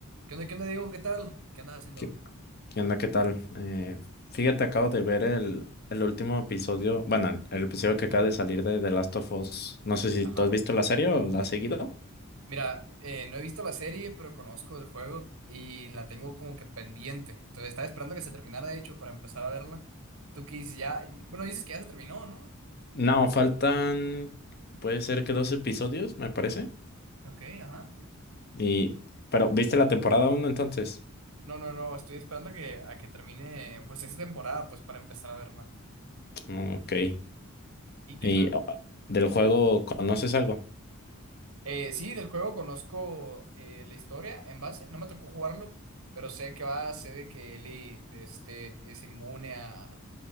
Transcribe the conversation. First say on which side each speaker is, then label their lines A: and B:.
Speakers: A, on the right; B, on the left.
A: ¿Qué onda, qué onda, Diego? ¿Qué tal? ¿Qué andas haciendo?
B: ¿Qué, qué onda? ¿Qué tal? Eh, fíjate, acabo de ver el, el último episodio, bueno, el el episodio que acaba de salir de The Last of Us. No sé si
A: Ajá.
B: tú has visto la serie o la has seguido.
A: Mira, eh, no he visto la serie, pero conozco el juego y la tengo como que pendiente. Entonces estaba esperando que se terminara, de hecho, para empezar a verla. Tú que dices ya, bueno, dices que ya se terminó, ¿no?
B: No, faltan, puede ser que dos episodios, me parece.
A: Ok, ajá.
B: Y, pero, ¿viste la temporada uno entonces?
A: No, no, no, estoy esperando que, a que termine pues esa temporada, pues para empezar a verla.
B: Mm, Ok.
A: ¿Y qué
B: ¿Y
A: tal?
B: oh, del juego conoces algo?
A: Eh, sí, del juego conozco eh, la historia en base, no me tocó jugarlo, pero sé que va, sé de que Ellie este, es inmune a